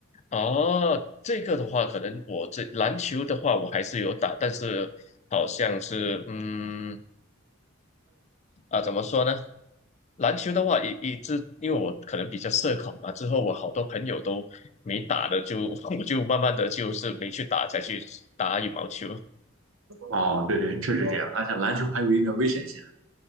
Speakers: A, on the left; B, on the right.
A: 哦，这个的话，可能我这篮球的话，我还是有打，但是好像是嗯啊，怎么说呢？篮球的话，一一直因为我可能比较社恐嘛，之后我好多朋友都没打的就，<laughs> 我就慢慢的就是没去打，才去打羽毛球。
B: 哦，对对，确实这样。而且篮球还有一定的危险性，